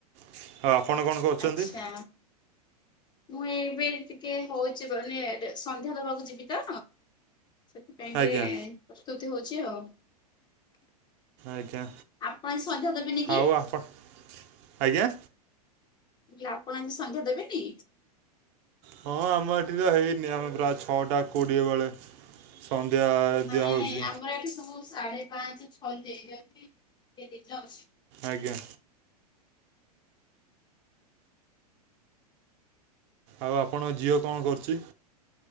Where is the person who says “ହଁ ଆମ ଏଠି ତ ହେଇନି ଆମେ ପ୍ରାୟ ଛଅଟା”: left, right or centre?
Right